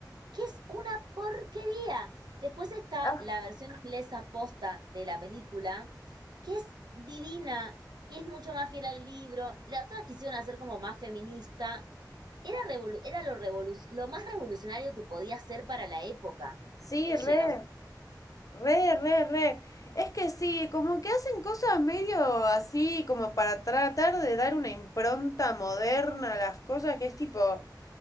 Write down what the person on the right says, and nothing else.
que es una porquería. Después está
la versión inglesa posta de la película, que es divina y es mucho más fiel al libro. La otra quisieron hacer como más feminista. Era, revolu- era lo, revolu- lo más revolucionario que podía ser para la época,
eh,
Jane